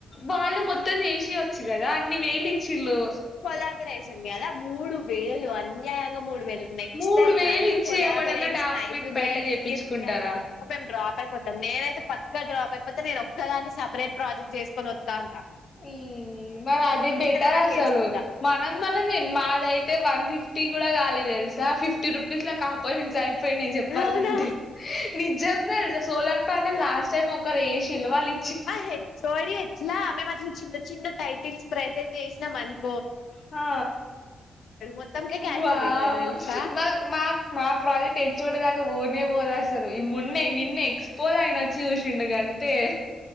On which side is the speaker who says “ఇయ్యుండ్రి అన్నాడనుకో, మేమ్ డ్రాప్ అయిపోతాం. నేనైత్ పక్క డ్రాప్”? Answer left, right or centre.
Left